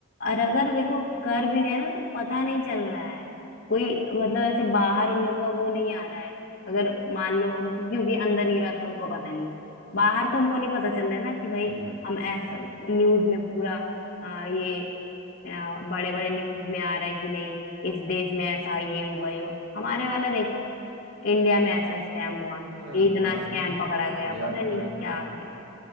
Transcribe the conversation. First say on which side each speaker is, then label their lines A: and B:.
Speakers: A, on the left; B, on the right.
A: और अगर देखो कर भी रहे हैं ना तो पता नहीं चल रहा है कोई मतलब ऐसे बाहर उन लोग का वो नहीं आ रहा है अगर मान लो हमको क्योंकि अंदर की बात तो हमको पता नहीं बाहर तो हमको नहीं पता चल रहा है ना कि भाई
B: एग्जैक्टली
A: हम ऐसा न्यूज में पूरा अ, ये बड़े बड़े न्यूज में आ रहा है कि नहीं इस देश में ऐसा ये हुआ ये हुआ हमारे वाला देखो इंडिया में ऐसा स्कैम हुआ
B: अरे
A: ये
B: हमारा
A: इतना स्कैम
B: तो
A: पकड़ा गया
B: यार
A: पता नहीं
B: मैं
A: क्या
B: जब
A: आ गया